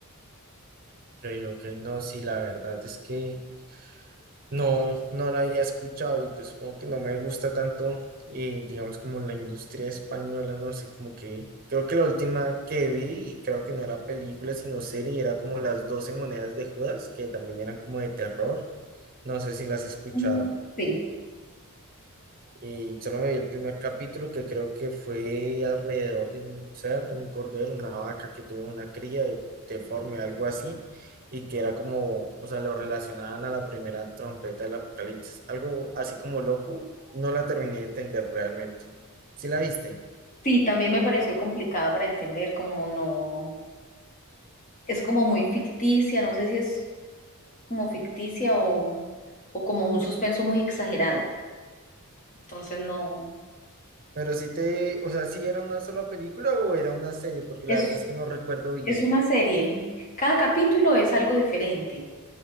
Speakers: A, on the right; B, on the left.
A: Ok, ok, no, sí, la verdad es que no, no la había escuchado y pues como que no me gusta tanto, eh, digamos como la industria española, no sé, como que creo que la última que vi y creo que no era película sino serie, era como las doce monedas de Judas, que también eran como de terror, no sé si las has escuchado.
B: Mm. Sí,
A: Y solo me vi el primer capítulo que creo que fue alrededor de un cerdo, un cordero, una vaca que tuvo una cría de- deforme, algo así, y que era como, o sea, lo relacionaban a la primera trompeta del apocalipsis, algo así como loco, no la terminé de entender realmente. ¿Sí la viste?
B: sí, también me pareció complicada para entender, como no, es como muy ficticia, no sé si es como ficticia o, o como un suspenso muy exagerado. Entonces no,
A: Pero sí te, o sea, ¿sí era una sola película o era una serie? Porque la
B: es,
A: verdad es que no recuerdo bien.
B: es una serie. Cada capítulo es algo diferente.